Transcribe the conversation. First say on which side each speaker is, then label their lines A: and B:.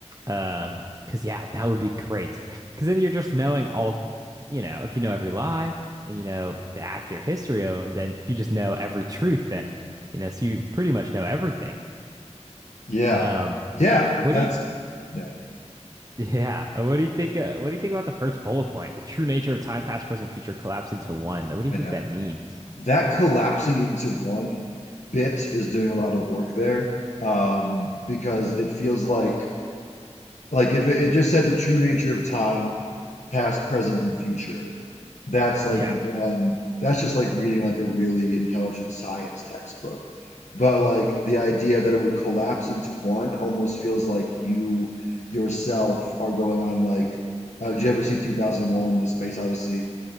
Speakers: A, on the right (about 30°); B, on the left (about 75°).
A: Um, because yeah, that would be great. Because then you're just knowing all, you know, if you know every lie and you know the accurate history of them, then you just know every truth then, you know, so you pretty much know everything.
B: Yeah.
A: Um,
B: Yeah.
A: what
B: That's
A: do you
B: yeah,
A: <laughs> yeah, what do you think uh, what do you think about the first bullet point? The true nature of time, past, present, future collapse into one. Like, What do you
B: I
A: think
B: know.
A: that means?
B: That collapsing into one bit is doing a lot of work there. Um, because it feels like Like if it, it just said the true nature of time, past, present, and future, that's like
A: Yeah.
B: one, that's just like reading like a really intelligent science textbook. But like the idea that it would collapse into one almost feels like you yourself are going on like, uh, did you ever see 2001, The Space Odyssey,